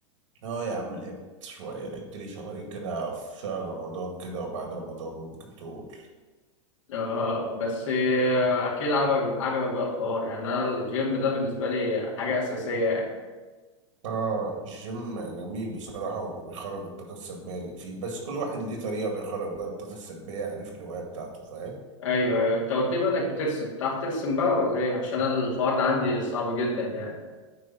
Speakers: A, on the right; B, on the left.
A: اه يا عم لعبت شوية لعبت لي شهرين كده في شهر رمضان كده وبعد رمضان ممكن تقول
B: اه بس آه، اكيد عجبك عجبك بقى الحوار يعني انا الجيم ده بالنسبه لي حاجه اساسيه يعني
A: اه الجيم جميل بصراحة وبيخرج الطاقة السلبية اللي فيه بس كل واحد ليه طريقة بيخرج بقى الطاقة السلبية يعني في الهواية بتاعته فاهم
B: ايوه ايوه انت قلت لي بقى انك بترسم بتعرف ترسم بقى ولا ايه عشان أنا الحوار ده عندي صعب جدا يعني